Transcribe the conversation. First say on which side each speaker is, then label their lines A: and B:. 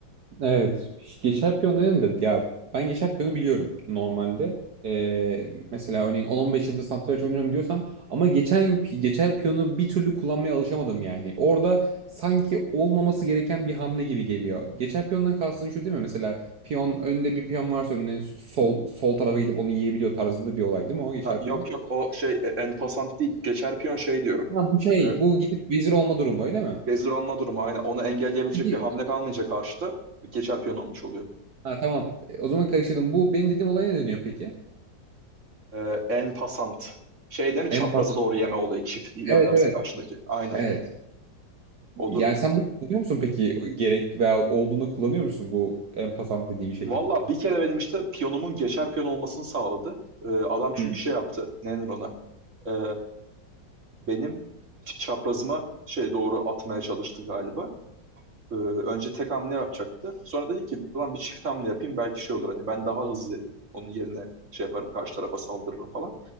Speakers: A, on the right (about 60°); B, on the right (about 40°).
A: Evet. Geçer piyon dedim de ya ben geçer piyonu biliyorum normalde. Ee, mesela örneğin 10-15 yıldır satranç oynuyorum diyorsam ama geçen geçer piyonu bir türlü kullanmaya alışamadım yani. Orada sanki olmaması gereken bir hamle gibi geliyor. Geçer piyondan kastın şu değil mi? Mesela piyon önünde bir piyon varsa önüne sol sol tarafa gidip onu yiyebiliyor tarzında bir olay değil mi o geçer
B: Ha, yok
A: piyon?
B: yok o şey e, en pasant değil. Geçer piyon şey diyorum.
A: Ha, bu şey
B: E,
A: bu gidip vezir olma durumu öyle mi?
B: Gezdir alma durumu aynen. Onu engelleyebilecek
A: Peki
B: bir hamle kalmayınca karşıda geçer piyon olmuş oluyor.
A: ha, tamam E, o zaman karıştırdım. Bu benim dediğim olaya ne deniyor peki?
B: E, en pasant. Şey değil mi çaprazı
A: En
B: doğru yeme olayı çift ilerlerse
A: Evet evet.
B: karşındaki. Aynen
A: Evet.
B: o durum.
A: Yani sen bunu kullanıyor musun peki? Gerek veyahut olduğunda kullanıyor musun bu en dediğin şeyi?
B: Valla bir kere benim işte piyonumun geçer piyon olmasını sağladı. E, adam çünkü
A: Hı.
B: şey yaptı. Ne denir ona? E, benim çaprazıma şey doğru atmaya çalıştı galiba. Ee, önce tek hamle yapacaktı. Sonra dedi ki ulan bir çift hamle yapayım belki şey olur hani ben daha hızlı onun yerine şey yaparım karşı tarafa saldırırım falan.